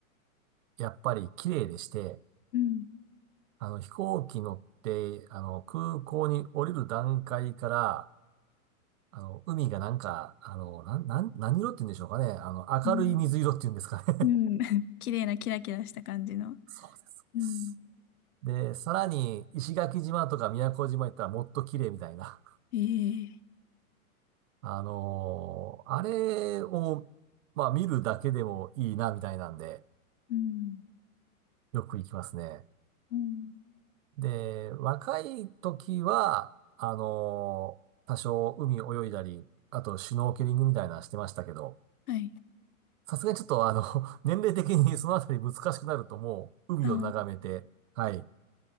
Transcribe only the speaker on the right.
やっぱり綺麗でして、
あの、飛行機乗って、あの、空港に降りる段階から、あの、海がなんか、あの、なん、なん、何色って言うんでしょうかね。あの、
明るい水色って言うんですかね。
<laughs> そうです。
で、さらに石垣島とか宮古島行ったらもっと綺麗みたいな。<laughs>
あのーあれを、まあ見るだけでもいいなみたいなんで、
よく行きますね。
で、若い時は、あのー多少海泳いだり、あとシュノーケリングみたいなのしてましたけど、
さすがにちょっとあの、<laughs> 年齢的に <laughs> そのあたり難しくなるともう海を眺めて、
はい、